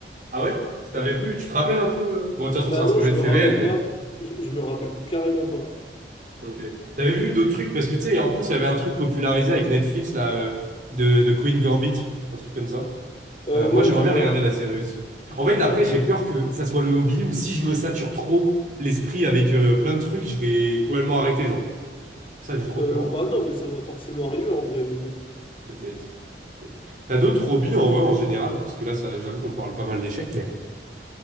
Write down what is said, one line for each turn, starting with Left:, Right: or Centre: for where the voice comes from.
Right: Ah ouais? T'avais plus, tu te rappelles un peu? euh Bon, de toute façon,
Left: Bah
Right: c'est inspiré
Left: non, je
Right: de
Left: me
Right: faits
Left: rappelle
Right: réels, mais.
Left: pas. Je, je me rappelle carrément pas.
Right: Ok. T'avais vu d'autres trucs parce que, tu sais, en plus, il y avait un truc popularisé avec Netflix, là, euh, de, de Queen Gambit, un truc comme ça.
Left: Euh,
Right: Euh, moi,
Left: non,
Right: j'aimerais
Left: j'ai
Right: bien
Left: pas
Right: regarder
Left: vu.
Right: la série aussi. En fait, après, j'ai peur que ça soit le hobby ou si je me sature trop l'esprit avec euh, plein de trucs, je vais complètement arrêter, genre. Ça, j'ai trop
Left: Euh,
Right: peur, en
Left: bah
Right: vrai.
Left: non, mais ça va forcément arriver en vrai, mais bon.
Right: Peut-être. Peut-être. T'as d'autres hobbies, en vrai, en général? Parce que là, ça, j'avoue qu'on parle pas mal d'échecs, mais...